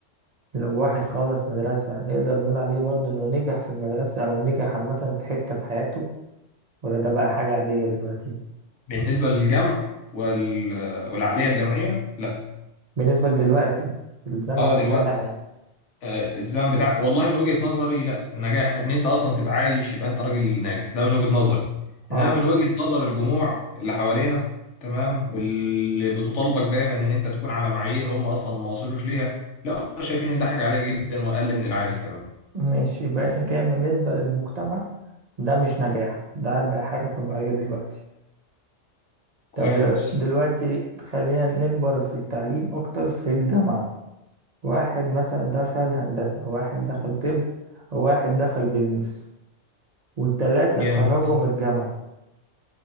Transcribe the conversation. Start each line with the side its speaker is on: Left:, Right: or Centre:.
Right: لو واحد خلص مدرسة نقدر نقول عليه برضه انه نجح في المدرسة او نجح عامة في حتة في حياته ولا ده بقى حاجة عادية دلوقتي
Left: بالنسبه للجمع وال... والعقليه الجمعيه لا
Right: بالنسبة لدلوقتي في الزمن
Left: اه
Right: بتاعنا
Left: دلوقتي
Right: احنا
Left: آه الزمن بتاع والله من وجهه نظري لا النجاح ان انت اصلا تبقى عايش يبقى انت راجل ناجح ده من وجهه نظري
Right: اه
Left: انما من وجهه نظر الجموع اللي حوالينا تمام واللي بتطالبك دايما ان انت تكون على معايير هم اصلا ما وصلوش ليها لا هم شايفين ان ده حاجه عاديه جدا واقل من العادي كمان
Right: ماشي يبقى احنا كده بالنسبة للمجتمع ده مش نجاح ده بقى حاجة طبيعية دلوقتي
Left: كويس
Right: طب دل- دلوقتي خلينا نكبر في التعليم أكتر في الجامعة واحد مثلا دخل هندسة واحد دخل طب وواحد دخل بيزنس والتلاتة
Left: جامد
Right: اتخرجوا من الجامعة